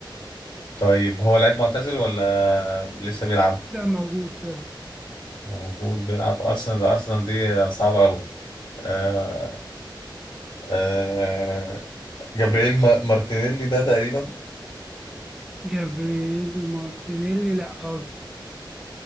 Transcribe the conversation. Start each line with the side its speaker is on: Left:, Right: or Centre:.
Left: طيب هو لعيب معتزل ولا لسه بيلعب
Centre: لا موجود بيلعب
Left: موجود بيلعب أرسنال ده أرسنال دي صعبة أوي آه آه جابرييل ما- مارتينيلي ده تقريبا
Centre: جابرييل مارتينيلي لا غلط